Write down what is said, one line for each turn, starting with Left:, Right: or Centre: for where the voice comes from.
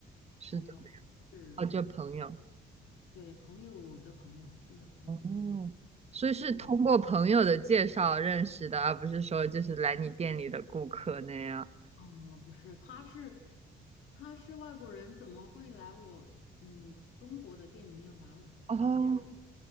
Right: 是怎么样？
Left: 朋友，是
Right: 哦，就朋友。
Left: 对朋友的朋友，就是相当于这种。
Right: 哦，所以是通过朋友的介绍认识的，
Left: 对，
Right: 而不是说就是来你店里的顾客那样。
Left: 嗯，不是，他是他是外国人，怎么会来我嗯中国的店里面玩玩店呢？
Right: 哦